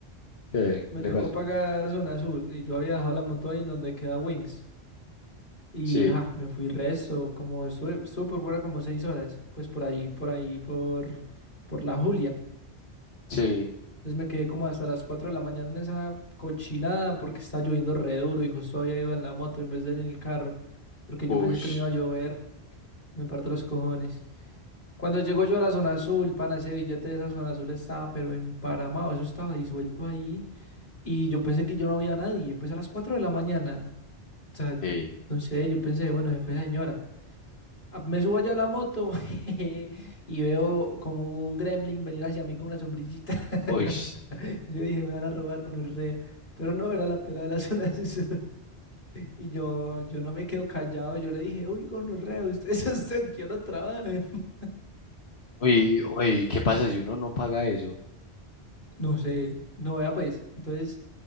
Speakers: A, on the left (about 70°); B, on the left (about 45°).
A: ¿Qué
B: Me
A: le
B: tocó
A: pasó?
B: pagar zona azul y yo había dejado la moto ahí en donde queda Wings. Y
A: Sí,
B: ja, me fui resto, como estuve, estuve por fuera como seis horas, pues por ahí, por ahí, por, por la Julia.
A: sí,
B: Entonces me quedé como hasta las 4 de la mañana en esa cochinada porque estaba lloviendo re duro y justo había ido en la moto en vez de en el carro, porque yo
A: ush,
B: pensé que no iba a llover. Me parto los cojones. Cuando llego yo a la zona azul, pana, ese billete de esa zona azul estaba pero emparamado, eso estaba disuelto ahí. Y yo pensé que yo no había nadie, pues a las 4 de la mañana. O sea,
A: sí,
B: no sé, yo pensé, bueno, se fue esa señora. Ah, Me subo allá a la moto <laughs> y veo como un gremlin venir hacia mí con una sombrillita. <laughs>
A: uy,
B: Yo dije, me van a robar con un re. Pero no, era la pela de la zona <laughs> sur. Y yo, yo no me quedo callado, yo le dije, uy, gonorrea, ustedes <laughs> hasta qué hora trabajan. <laughs>
A: uy, uy, ¿qué pasa si uno no paga eso?
B: No sé, no vea pues. Entonces,